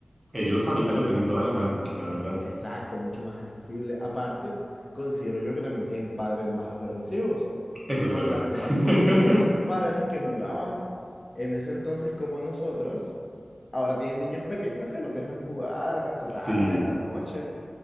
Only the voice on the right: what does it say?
Ellos ahorita lo tienen toda la mano, la verdad.
Eso
es verdad.
<laughs>
Sí.